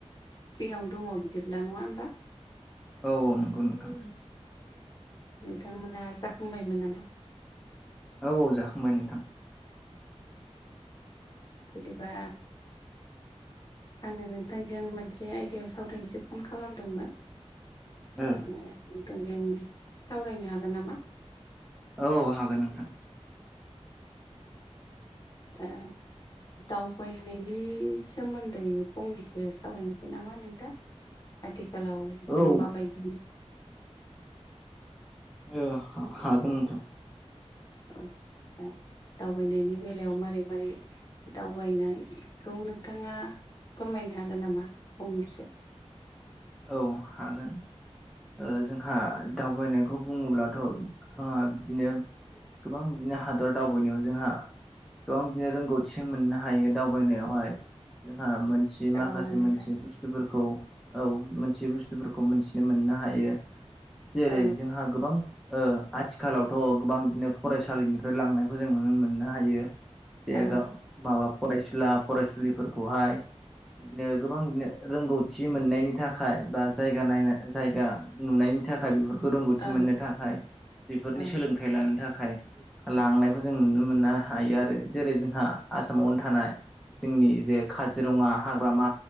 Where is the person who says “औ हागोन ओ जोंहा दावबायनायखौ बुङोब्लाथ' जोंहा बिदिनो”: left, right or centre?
Centre